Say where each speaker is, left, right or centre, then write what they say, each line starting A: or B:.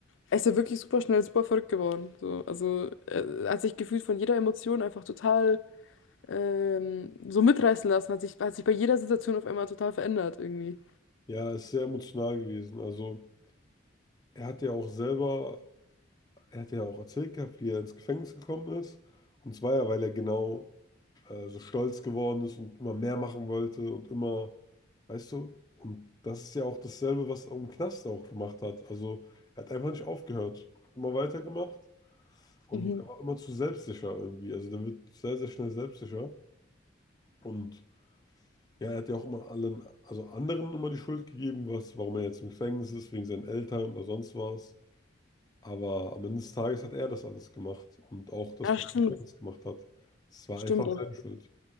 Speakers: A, on the left (about 85°); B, on the left (about 20°).
A: Er ist ja wirklich super schnell, super verrückt geworden. So, also er hat sich gefühlt von jeder Emotion einfach total ähm, so mitreißen lassen, hat sich, hat sich bei jeder Situation auf einmal total verändert irgendwie.
B: ja, ist sehr emotional gewesen. Also er hat ja auch selber Er hat ja auch erzählt gehabt, wie er ins Gefängnis gekommen ist. Und zwar ja, weil er genau äh, so stolz geworden ist und immer mehr machen wollte und immer, weißt du, und das ist ja auch dasselbe, was er im Knast auch gemacht hat. Also er hat einfach nicht aufgehört, hat immer weitergemacht und
A: Mhm.
B: er war immer zu selbstsicher irgendwie. Also der wird sehr, sehr schnell selbstsicher. Und ja, er hat ja auch immer allen, also anderen immer die Schuld gegeben, was, warum er jetzt im Gefängnis ist, wegen seinen Eltern oder sonst was. Aber am Ende des Tages hat er das alles gemacht und auch das,
A: Ja,
B: was
A: stimmt.
B: er im Gefängnis gemacht hat. Es war
A: Stimmt.
B: einfach
A: Aber,
B: seine Schuld.